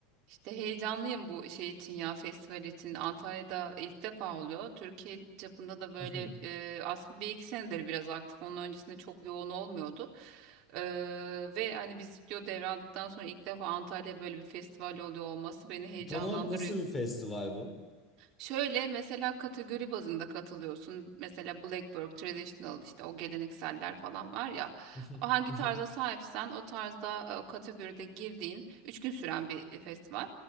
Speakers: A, on the right; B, on the left.
A: İşte heyecanlıyım bu şey için ya festival için. Antalya'da ilk defa oluyor. Türkiye çapında da böyle
B: Mhm.
A: e, aslında bir iki senedir biraz aktif. Onun öncesinde çok yoğun olmuyordu. E, ve hani biz stüdyo devraldıktan sonra ilk defa Antalya böyle bir festival oluyor olması beni heyecanlandırıyor.
B: Tam olarak nasıl bir festival bu?
A: Şöyle mesela kategori bazında katılıyorsun. Mesela black work, traditional işte o gelenekseller falan var ya.
B: Mhm.
A: O hangi
B: Mhm.
A: tarza sahipsen o tarzda e, o kategoride girdiğin 3 gün süren bir e, festival.